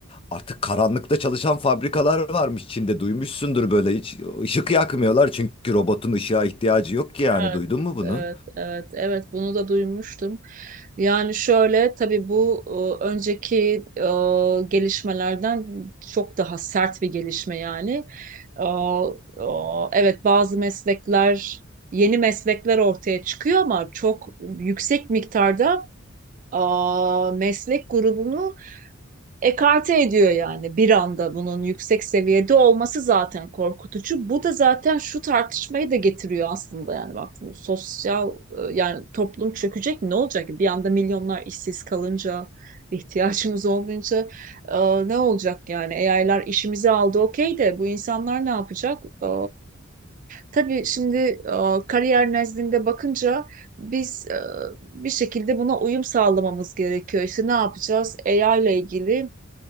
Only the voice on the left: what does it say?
artık karanlıkta çalışan fabrikalar varmış Çin'de duymuşsundur böyle hiç ışık yakmıyorlar çünkü robotun ışığa ihtiyacı yok ki yani
duydun mu bunu?